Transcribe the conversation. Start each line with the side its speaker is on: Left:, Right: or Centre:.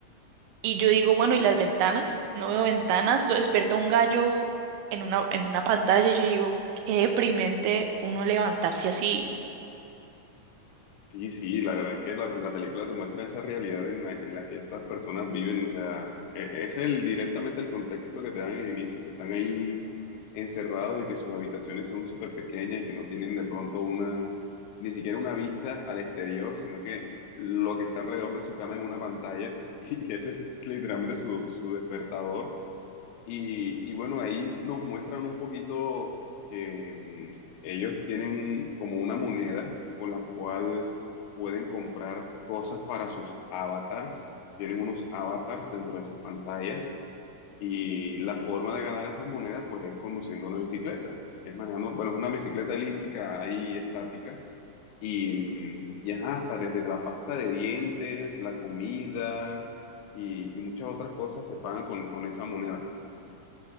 Right: Y yo digo, bueno, ¿y las ventanas? No veo ventanas. Lo despierta un gallo en una, en una pantalla. y Yo digo, qué deprimente uno levantarse así
Left: Sí, sí, la verdad es que la, la película te muestra esa realidad en la, en la que estas personas viven, o sea, e- es el directamente el contexto que te dan en el inicio, que están ahí encerrados y que sus habitaciones son súper pequeñas y que no tienen de pronto una, ni siquiera una vista al exterior, sino que lo que está alrededor de su cama es una pantalla <laughs> y, y ese es literalmente su, su despertador y, y bueno, ahí nos muestran un poquito que mm, ellos tienen un- como una moneda con la cual pueden comprar cosas para sus avatars. Tienen unos avatars dentro de esas pantallas y la forma de ganar esas monedas pues es conduciendo una bicicleta. Es manejando, bueno, es una bicicleta elíptica ahí estática y, mm, y ajá, hasta desde la pasta de dientes, la comida y, y muchas otras cosas se pagan con con esa moneda.